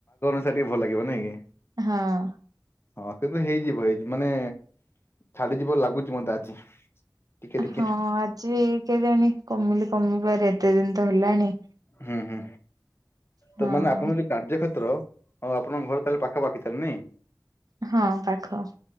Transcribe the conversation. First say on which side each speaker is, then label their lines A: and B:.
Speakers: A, on the left; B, on the right.
A: ସେଇଟା ଟିକେ ଭଲ ଲାଗିବ ନାଇଁ କି?
B: ହଁ
A: ହଁ କିନ୍ତୁ ହେଇଯିବ ହେଇଯିବ ମାନେ ଛାଡିଯିବ ଲାଗୁଛି ମତେ ଆଜି। ଟିକେ ଟିକେ
B: ହଁ ଆଜି କେଜାଣି କମିଲେ କମିପାରେ ଏତେ ଦିନ ତ ହେଲାଣି।
A: ହୁଁ ହୁଁ
B: ହଁ
A: ତ ମାନେ ଆପଣଙ୍କ ଯ କାର୍ଯ୍ୟ କେତ୍ର ଆପଣଙ୍କ ଘର ତାହେଲେ ପାଖାପଖି ତାହେଲେ ନାଇଁ।
B: ହଁ ପାଖ।